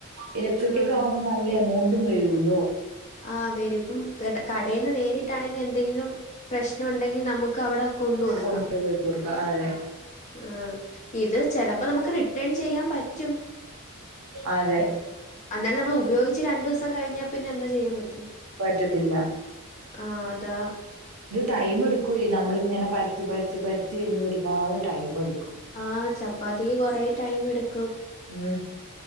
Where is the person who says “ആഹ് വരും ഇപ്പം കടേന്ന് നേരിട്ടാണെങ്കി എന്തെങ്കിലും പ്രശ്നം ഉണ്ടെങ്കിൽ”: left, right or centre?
Left